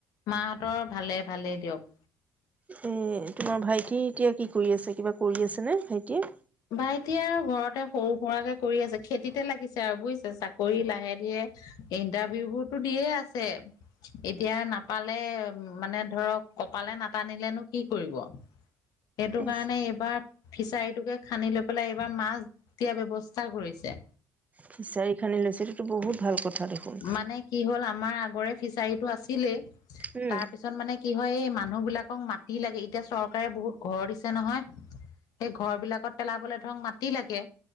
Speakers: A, on the left (about 70°); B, on the right (about 20°).
A: মাহঁতৰ ভালে, ভালেই দিয়ক।
B: এ, তোমাৰ ভাইটি এতিয়া কি কৰি আছে? কিবা কৰি আছেনে ভাইটিয়ে?
A: ভাইটিয়ে আৰু ঘৰতে সৰু-সুৰাকে কৰি আছে। খেতিতে লাগিছে আৰু বুজিছে, চাকৰি লাহে ধীৰে ইণ্টাৰভিউবোৰতো দিয়ে আছে। এতিয়া নাপালে, মানে ধৰক কপালে নাটানিলেনো কি কৰিব? সেইটো
B: এছ
A: কাৰণে, এইবাৰ ফিচাৰীটোকে খান্দি লৈ পেলাই, এইবাৰ মাছ দিয়াৰ ব্যৱস্থা কৰিছে।
B: ফিছাৰী খান্দি লৈছে, সেইতো বহুত ভাল কথা। দেখোন।
A: মানে কি হ'ল, আমাৰ আগৰে ফিচাৰীটো আছিলেই,
B: উম।
A: তাৰ পিছত পিছত মানে কি হয়, এই মানুহবিলাকক মাতি লাগে, এতিয়া চৰকাৰে বহুত ঘৰ দিছে নহয় সেই ঘৰবিলাকত পেলাবলে ধৰক মাটি লাগে,